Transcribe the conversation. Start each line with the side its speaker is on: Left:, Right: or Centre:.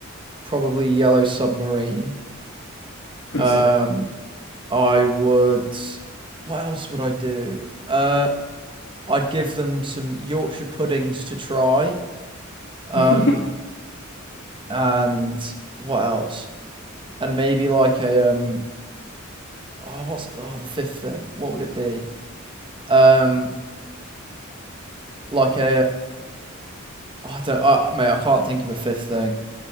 Right: probably Yellow Submarine.
Left: Good
Right: Um,
Left: song.
Right: I would. What else would I do? Uh, I'd give them some Yorkshire puddings to try. Um,
Left: <laughs>
Right: and what else? And maybe like a um. Oh, what's oh the fifth thing? What would it be? Um, like a uh, oh, I don't I, mate. I can't think of a fifth thing.